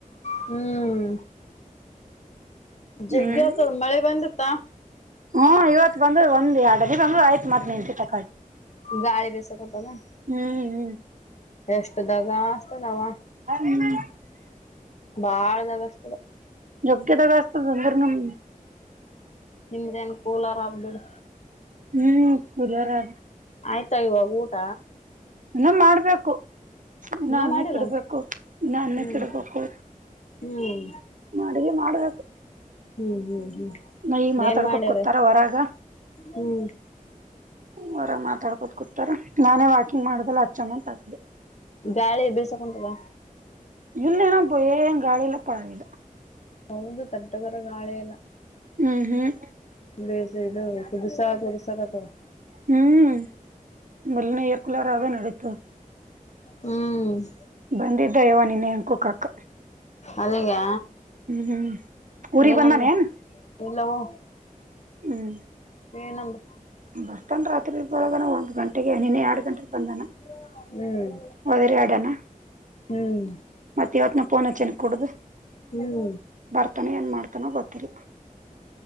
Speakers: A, on the left; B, on the right.
A: ಹ್ಮ್ ಜಗ್ಗೆ್ಯತ
B: ಹ್ಮ್
A: ಮಳೆ ಬಂದತ್ತಾ
B: ಹ್ಮ್ ಇವತ್ತು ಬಂದ್ ಒಂದ ಎರಡನೇ ಬಂದ್ರು ಆಯ್ತ್ ನಿಂಟತಿ ತಕಿ
A: ಗಾಳಿ ಬಿಸು ಕತದ
B: ಹ್ಮ್ ಹ್ಮ್
A: ಎಷ್ಟ ದಾಗ ಅತದಾವ
B: ಹ್ಮ್ಮ
A: ಬಾಳ ದಗಸ್ತದ
B: ದುಕಿಸ್ತಾಡ್ ನಿಂದುರ ನಮ್ದು
A: ನಿಮ್ದೇಏನ್ ಕೂಲರ ಆಗ್ಬಿಡು
B: ಹ್ಮ್ ಕಲಾರ ಆದಾ
A: ಆಯ್ತಾ ಇವಾಗ ಊಟ
B: ಇನ ಮಾಡ್ಬೇಕು ಇ ನ
A: ಇನ್ನ
B: ಅನ್ನೆ
A: ಮಾಡಿಲ್ಲ
B: ಕಡ್ಬೇಕು ಇ ನನ್ನೇ
A: ಹ್ಮ್
B: ಕ ಇಡ್ಬೇಕು
A: ಹ್ಮ್
B: ಅಡಿಗೆ ಮಾಡ್ಬೇಕು
A: ಹ್ಮ್ ಹ್ಮ್ ಹ್ಮ್
B: ನ ಈ ಮಾತಾಡ್ಕೋ
A: ಏನ್ ಮಾಡ್ಯಾರ
B: ಕತಾರ ಹೊರಾಗ
A: ಹ್ಮ್
B: ಹೊರ ಮಾತಾಡ್ಕೋತ ಕುೂತಾರ ನಾನೇ ವಾಕಿಂಗ್ ಮಾಡ್ದಲ್ಲ ಹಚ್ಚಮ್ಮ ಅಂತ ಅಸಿದೆೆ
A: ಗಾಳಿ ಬಿಳ್ ಸಾಕಂತು ಬ
B: ಇಲ್ಲೇನ ಪ್ಪಾ ಏನ್ ಗಾಳಿಯಲ್ಲಾ ಪಾಿದೆ
A: ಹೌದು ದಡ್ಗರ ಗಾಳೆ ಎಲ್ಲ
B: ಹ್ಮ್ ಹ್ಮ್
A: ಬೇಜ ಇದು ಕುದುಸಸಕತಾವ
B: ಹ್ಮ್ ಬೆಲ್ಲನ ಏರ್ ಕುಲಾರಗೇ ನಡೀತು
A: ಹ್ಮ್
B: ಬಂದಿದ್ದ ಇವ ನಿನ್ನೆ ಅ ಕುೋಕಕ್ಕ
A: ಅಲ್ಲಿಗೆ
B: ಹ್ಮ್ ಊರಿಗ್
A: ಏನಂದ
B: ಬಂದಾನೇನ್
A: ಎಲ್ಲವೂ
B: ಹ್ಮ್
A: ಏನಂದ
B: ಬರ್ತಾನ ರಾತ್ರಿ ಇ ಒಳಾನ ಒಂದ್ ಗಂಟೆಗೆ ನಿನ್ನೆ ಎರಡು ಗಂಟೆಗೆ ಬಂದಾನ
A: <unintelligible> ಹ್ಮ್
B: ಒದರಿ ಆಡನಾ
A: ಹ್ಮ್
B: ಮತ್ತೆ ಇವತ್ನ ಪಫೋನ ಚೆ ಕುಡುದು
A: ಹ್ಮ್
B: ಬರ್ತಾನೋ ಏನ್ ಮಾಡ್ತಾನೋ ಗೊತ್ತೀರಿ